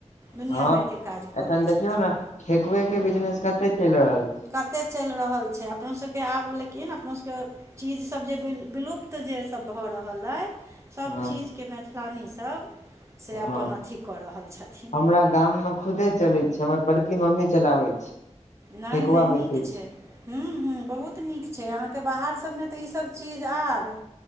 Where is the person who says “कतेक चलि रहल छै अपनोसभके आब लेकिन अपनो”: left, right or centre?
Right